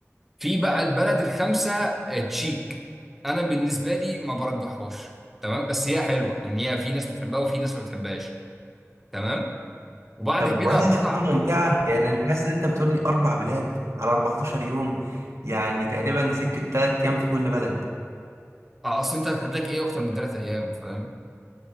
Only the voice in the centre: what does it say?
في بقى البلد الخامسه آه، تشيك انا بالنسبه لي ما برجحهاش تمام بس هي حلوه يعني هي في ناس بتحبها وفي ناس ما بتحبهاش تمام وبعد
كده
هتطلع
آه، اصل انت هتحدد لك ايه اكتر من ثلاث ايام فاهم